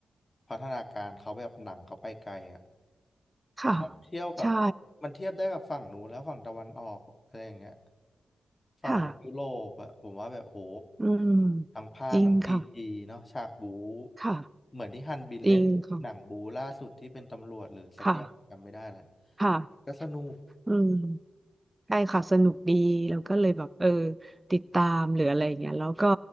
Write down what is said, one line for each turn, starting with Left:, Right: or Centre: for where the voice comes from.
Left: พัฒนาการเขาแบบหนังเขาไปไกลอะ
Right: ค่ะ
Left: เทียบเทียบกับ
Right: ใช่
Left: มันเทียบได้กับฝั่งนู้นแล้วฝั่งตะวันออกอะไรอย่างเงี้ยฝั่งพวกยุโรปอะผมว่าแบบโห
Right: ค่ะ อืม
Left: ทั้งภาพทั้งซีจีเนาะฉากบู๊
Right: จริงค่ะค่ะ
Left: เหมือนที่ฮันบินเล่นหนังบู๊ล่าสุดที่เป็นตำรวจหรือสักอย่างจำไม่ได้แล้ว
Right: จริงค่ะค่ะค่ะ
Left: ก็สนุก
Right: อืมใช่ค่ะสนุกดีแล้วก็เลยแบบเออติดตามหรืออะไรอย่างเงี้ยแล้วก็